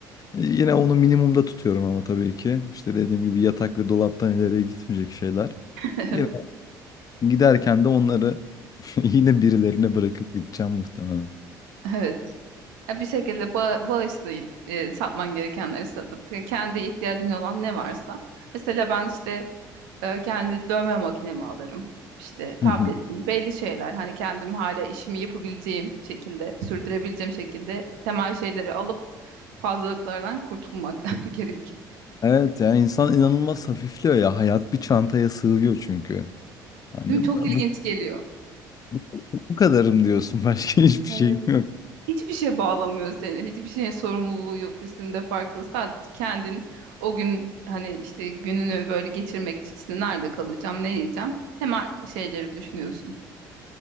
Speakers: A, on the left; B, on the right.
A: Yine onu minimumda tutuyorum ama tabii ki. İşte dediğim gibi yatak ve dolaptan ileriye gitmeyecek şeyler.
B: Evet,
A: Yine giderken de onları <laughs> yine birilerine bırakıp gideceğim muhtemelen.
B: evet. Ya bir şekilde bağ, bağışlayıp e, satman gerekenleri satıp e, kendi ihtiyacın olan ne varsa. Mesela ben işte e, kendi dövme makinemi alırım. İşte tabletim,
A: <laughs> Hı hı.
B: belli şeyler hani kendim hala işimi yapabileceğim şekilde, sürdürebileceğim şekilde temel şeyleri alıp fazlalıklardan kurtulmak <laughs> gerek.
A: Evet ya insan inanılmaz hafifliyor ya. Hayat bir çantaya sığıyor çünkü. Hani
B: Değil mi? Çok ilginç
A: bu,
B: geliyor.
A: bu, bu kadarım diyorsun. <laughs> Başka hiçbir
B: Evet.
A: şeyim yok.
B: Hiçbir şey bağlamıyor seni. Hiçbir şeyin sorumluluğu yok üstünde farklı. Sadece kendin o gün hani işte gününü böyle geçirmek için işte nerede kalacağım, ne yiyeceğim? Temel şeyleri düşünüyorsun.